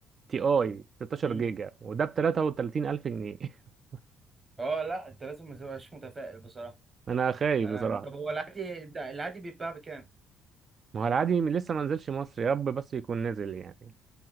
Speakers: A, on the right; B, on the right.
A: تي اي 16
B: مم.
A: جيجا وده ب 33000 جنيه <laughs>
B: أه لا أنت لازم ما تبقاش متفائل بصراحة
A: انا خايف
B: انا
A: بصراحة
B: طب هو العادي ده العادي بيتباع بكام
A: ما هو العادي لسه ما نزلش مصر يا رب بس يكون نزل يعني